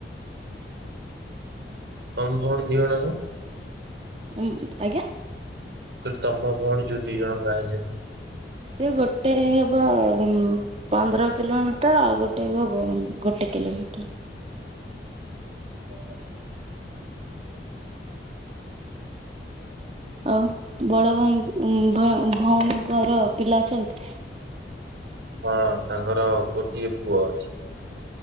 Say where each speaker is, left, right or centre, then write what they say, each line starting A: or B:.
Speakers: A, on the right; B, on the right.
A: ତମ ଭଉଣ ଦି ଜଣ ଯାକ?
B: ହୁଁ ଆଜ୍ଞା।
A: କହିଲି ତମ ଭଉଣ ଯୋଉ ଦି ଜଣ ବାହା ହେଇଛନ୍ତି?
B: ସେ ଗୋଟେ ହେବ ଉମ୍ ପନ୍ଦର କିଲୋମିଟର ଆଉ ଗୋଟେ ହବ ଗୋ-ଗୋଟେ କିଲୋମିଟର
A: କଣ କହ?
B: ଆଉ ବଡ ଭାଇ ଭ-ଭଉଣୀଙ୍କର ପିଲା ଅଛନ୍ତି?
A: ହଁ ତାଙ୍କର ଗୋଟିଏ ପୁଅ ଅଛି।